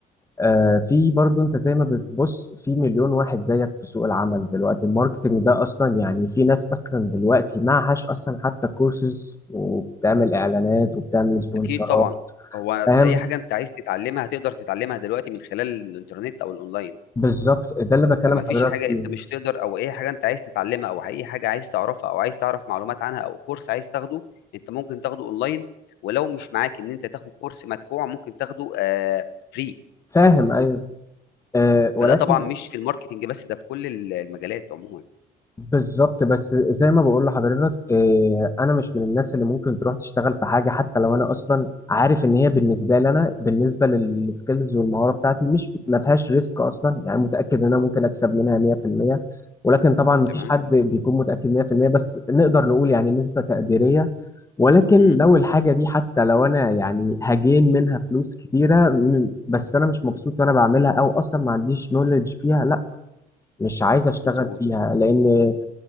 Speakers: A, on the left (about 20°); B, on the left (about 85°).
A: آه، في برضو انت زي ما بتبص في مليون واحد زيك في سوق العمل دلوقتي الماركتنج ده اصلا يعني في ناس اصلا دلوقتي معهاش اصلا حتى كورسز وبتعمل اعلانات وبتعمل سبونسرات
B: اكيد طبعا هو
A: فاهم
B: اي حاجه انت عايز تتعلمها هتقدر تتعلمها دلوقتي من خلال الانترنت او الاونلاين
A: بالظبط ده اللي بكلم
B: فما فيش
A: حضرتك
B: حاجة
A: فيه
B: أنت مش تقدر أو أي حاجة أنت عايز تتعلمها أو أي حاجة عايز تعرفها أو عايز تعرف معلومات عنها أو كورس عايز تاخده، أنت ممكن تاخده أونلاين، ولو مش معاك إن أنت تاخد كورس مدفوع ممكن تاخده آآ free
A: فاهم ايوه أه ولكن
B: فده طبعًا مش في الماركتينج بس ده في كل ال المجالات عمومًا،
A: بالظبط بس زي ما بقول لحضرتك آه، انا مش من الناس اللي ممكن تروح تشتغل في حاجه حتى لو انا اصلا عارف ان هي بالنسبه لي انا بالنسبه للسكيلز والمهاره بتاعتي مش ما فيهاش ريسك اصلا يعني متاكد ان انا ممكن اكسب منها 100% ولكن طبعا ما
B: تمام؟
A: فيش حد بيكون متاكد 100% بس نقدر نقول يعني نسبه تقديريه ولكن
B: إمم،
A: لو الحاجه دي حتى لو انا يعني هجين منها فلوس كتيره م- بس انا مش مبسوط وانا بعملها او اصلا ما عنديش نولج فيها لا مش عايز اشتغل
B: مضبوط،
A: فيها لان